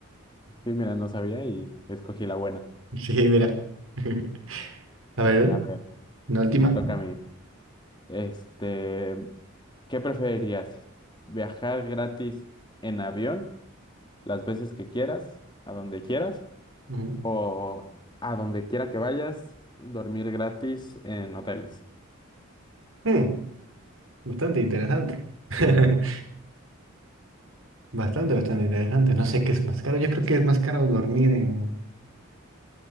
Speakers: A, on the left; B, on the right.
A: Sí, mira, no sabía y escogí la buena.
B: Sí, mira. <laughs> A ver,
A: A ver,
B: una última.
A: eh, me toca a mí. Este, ¿qué preferirías? ¿Viajar gratis en avión las veces que quieras, a donde quieras,
B: Ujú.
A: o a donde quiera que vayas, dormir gratis en hoteles,
B: Mm, bastante interesante. <laughs> Bastante, bastante interesante. No sé qué es más caro. Yo creo que es más caro dormir en,